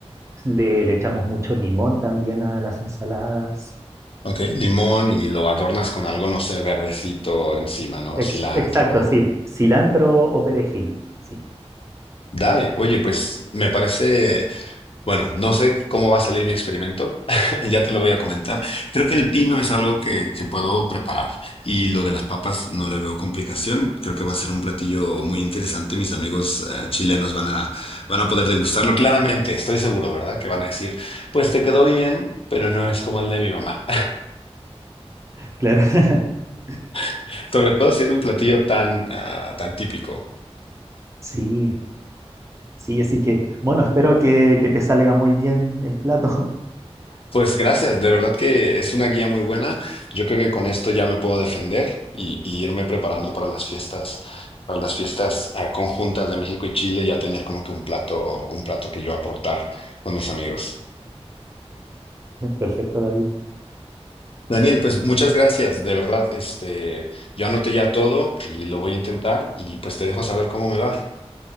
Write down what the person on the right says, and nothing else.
le, le echamos mucho limón también a las ensaladas.
Ex-
exacto, sí. Cilantro o perejil. Sí.
Claro, <laughs>
sí, sí, así que, bueno, espero que, que te salga muy bien el plato.
<laughs> Perfecto, David.